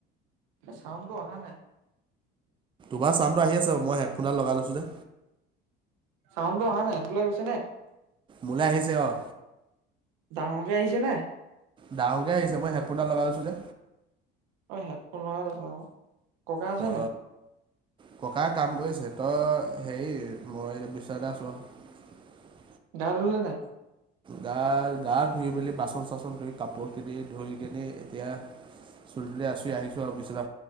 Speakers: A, on the right; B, on the right.
A: চাউণ্ডটো অহা নাই।
B: তোমাৰ সৌন্দটো আহি আছে মই হেডফোনডটা লগাই লৈছোঁ যে।
A: চাউণ্ডো অহা নাই, টোলৈ গৈছে নে?
B: মোলৈ আহিছে অহ।
A: ডাঙৰকে আহিছে নে?
B: ডাঙকে আহিছে মই হেফুটা লগাই লৈছো যে।
A: অহ হেডফোন লগাই লৈছে অহ। ক'কা আছে
B: অ
A: নাই?
B: ক'কা কাম কৰি আছে। তই হেৰি মই বিশ্বনাতে আছো আৰু।
A: গা ধূলে নাই?
B: গা-গা ধুই মেলি বাচন চাচন ধু কাপোৰ কিনি ধৰি কিনি এতিয়া চুলি তুলি আছুৰি আহিছো আৰু বিছনা।